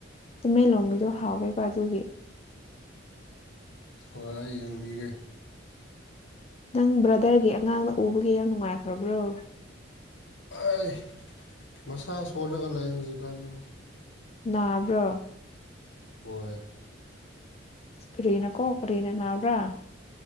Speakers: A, on the left; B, on the left.
A: ꯇꯨꯃꯦ ꯂꯣꯡꯒꯤꯗꯣ ꯍꯥꯎꯋꯦꯕ ꯑꯗꯨꯒꯤ
B: ꯍꯣꯏ ꯑꯩ ꯌꯦꯡꯕꯤꯒꯦ
A: ꯅꯪ ꯕ꯭ꯔꯗꯔꯒꯤ ꯑꯉꯥꯡꯗ ꯎꯕꯒꯤ ꯌꯥꯝ ꯅꯨꯡꯉꯥꯏꯈ꯭ꯔꯕ꯭ꯔꯣ
B: ꯑꯩ ꯃꯁꯥ ꯁꯂꯒ ꯂꯩ ꯍꯧꯖꯤꯛꯀꯥꯟꯅꯤꯅ
A: ꯅꯥꯕ꯭ꯔꯣ
B: ꯍꯣꯏ
A: ꯀꯔꯤꯅꯥ ꯀꯣ ꯀꯔꯤꯅ ꯅꯥꯕ꯭ꯔꯥ